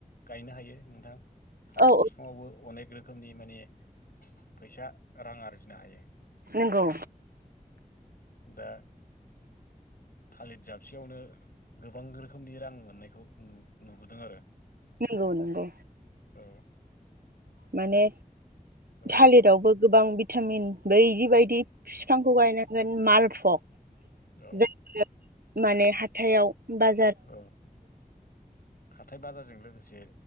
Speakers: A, on the left; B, on the right.
A: गायनो हायो नोंथां थालिर
B: औ औ
A: फि फङावबो अनेक रोखोमनि माने फैसा रां आरजिनो हायो
B: नोंगौ
A: दा थालिर जाबसेयावनो गोबां रोखोमनि रां मोननायखौ नुबोदों आरो
B: नंगौ नंगौ
A: औ
B: माने
A: औ
B: थालिरावबो गोबां भिटामिन बैदि बायदि बिफांखौ गायनांगोन मालफग
A: औ
B: जाय माने हाथायाव ब
A: औ हाथथाय बाजारजों लोगोसे